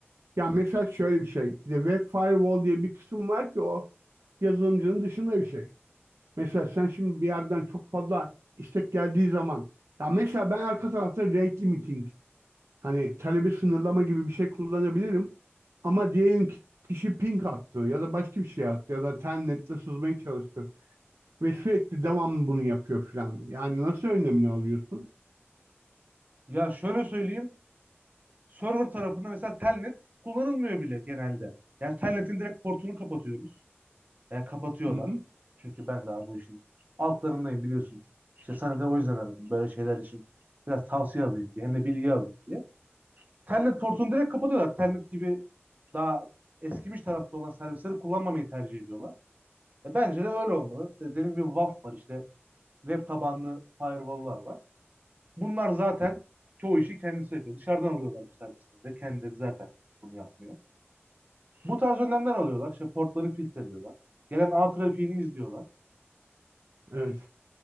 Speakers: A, on the right (about 85°); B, on the right (about 35°).
A: Ya mesela şöyle bir şey. Bir de web firewall diye bir kısım var ki o yazılımcının dışında bir şey. Mesela sen şimdi bir yerden çok fazla istek geldiği zaman ya mesela ben arka tarafta rate limiting Hani talebi sınırlama gibi bir şey kullanabilirim. Ama diyelim ki kişi ping attı ya da başka bir şey attı ya da telnetle sızmaya çalıştı ve sürekli devamlı bunu yapıyor filan. Yani nasıl önlemini alıyorsun?
B: ya şöyle söyleyeyim. Server tarafında mesela telnet kullanılmıyor bile genelde. Yani telnetin direkt portunu kapatıyoruz. Yani kapatıyorlar.
A: Hı hı.
B: Çünkü ben daha bu işin altlarındayım biliyorsun. İşte sana da o yüzden aradım. Böyle şeyler için biraz tavsiye alayım diye. Hem de bilgi alayım diye. Telnet portunu direkt kapatıyorlar. Telnet gibi daha eskimiş tarafta olan servisleri kullanmamayı tercih ediyorlar. E bence de öyle olmalı. E Dediğim gibi WAF var işte web tabanlı firewall'lar var. Bunlar zaten çoğu işi kendisi yapıyor. Dışarıdan alıyorlar bu servisleri de. Kendileri zaten bunu yapmıyor. Bu tarz önlemler alıyorlar. İşte portları filtreliyorlar. Gelen ağ trafiğini izliyorlar.
A: Evet.